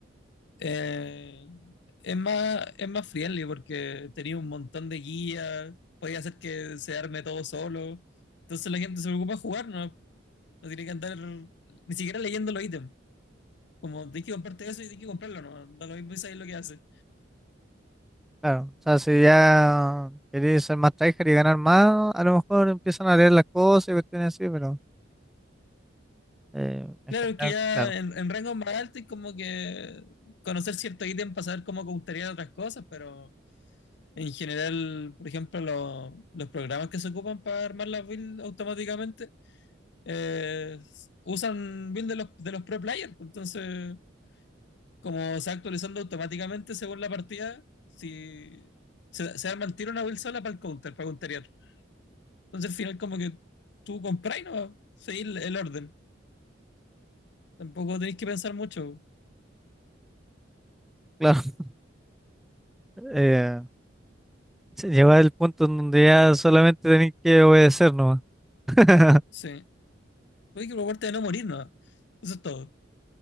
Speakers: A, on the left; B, in the centre.
A: Eh, es más, es más friendly porque tenía un montón de guías, podía hacer que se arme todo solo. Entonces la gente se preocupa de jugar, ¿no? No tiene que andar ni siquiera leyendo los ítems. Como tienes que comprarte eso y tienes que comprarlo, ¿no? Da lo mismo y sabes lo que hace.
B: Claro, o sea, si ya queréis ser más tryhard y ganar más, a lo mejor empiezan a leer las cosas y cuestiones así, pero eh, en
A: Claro,
B: general,
A: que ya
B: claro,
A: en, en rango más altos y como que conocer cierto ítem para saber cómo gustaría otras cosas, pero en general, por ejemplo, lo- los programas que se ocupan para armar las builds automáticamente eh, usan builds de los, de los pre-players. pues, Entonces, como se va actualizando automáticamente según la partida, si se, se arma el tiro una build sola para el counter, para counterear. Entonces, al final, como que tú compras y no seguir el orden. Tampoco tenéis que pensar mucho.
B: claro. <laughs> Eh, se lleva el punto en donde ya solamente tenéis que obedecer nomás. <laughs>
A: Sí. Hay que preocuparte de no morir, ¿no? Eso es todo.